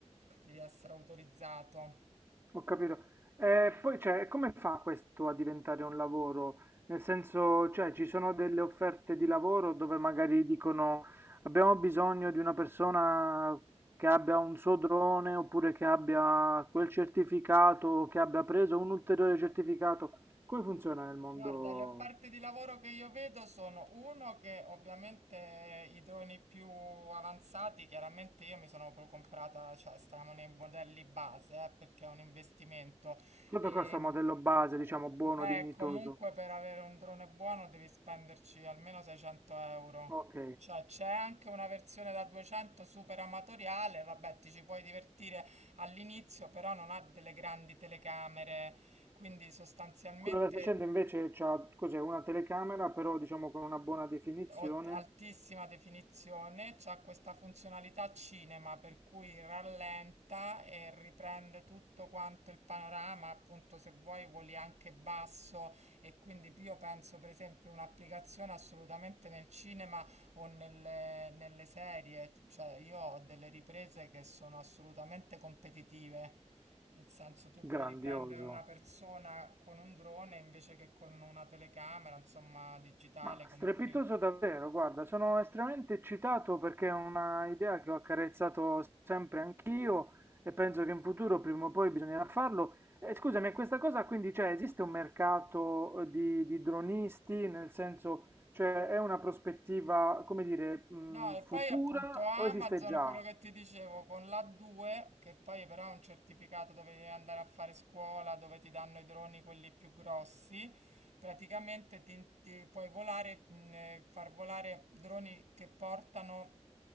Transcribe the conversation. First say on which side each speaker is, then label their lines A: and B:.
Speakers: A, on the right (about 85°); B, on the right (about 20°).
A: devi essere autorizzato.
B: Ho capito. E poi, cioè, come fa questo a diventare un lavoro? Nel senso, cioè, ci sono delle offerte di lavoro dove magari dicono abbiamo bisogno di una persona che abbia un suo drone oppure che abbia quel certificato o che abbia preso un ulteriore certificato. Come funziona nel mondo?
A: Guarda, le offerte di lavoro che io vedo sono uno che ovviamente i droni più avanzati, chiaramente io mi sono proprio comprata, cioè stavamo nei modelli base, eh, perché è un investimento.
B: Quanto
A: E,
B: costa un modello base, diciamo, buono,
A: beh,
B: dignitoso?
A: comunque per avere un drone buono devi spenderci almeno 600 euro.
B: Ok.
A: Cioè c'è anche una versione da 200 super amatoriale, vabbè, ti ci puoi divertire all'inizio, però non ha delle grandi telecamere, quindi sostanzialmente...
B: Quello da 600 invece ha, cos'è, una telecamera, però diciamo con una buona definizione.
A: ot- altissima definizione, c'ha questa funzionalità cinema per cui rallenta e riprende tutto quanto il panorama, appunto se vuoi voli anche basso e quindi io penso per esempio un'applicazione assolutamente nel cinema o nelle, nelle serie, cioè io ho delle riprese che sono assolutamente competitive. Nel senso, tu puoi
B: Grandioso,
A: riprendere una persona con un drone invece che con una telecamera, insomma, digitale
B: ma
A: come
B: strepitoso
A: quello.
B: davvero, guarda, sono estremamente eccitato perché è una idea che ho accarezzato sempre anch'io e penso che in futuro prima o poi bisognerà farlo. E scusami, e questa cosa quindi c'è, esiste un mercato eh, di, di dronisti, nel senso, cioè è una prospettiva, come dire, mh,
A: No, e
B: futura
A: poi appunto Amazon,
B: o esiste già?
A: quello che ti dicevo, con l'A2, che poi però è un certificato dove devi andare a fare scuola, dove ti danno i droni quelli più grossi, praticamente ti, ti puoi volare, mh, eh, far volare droni che portano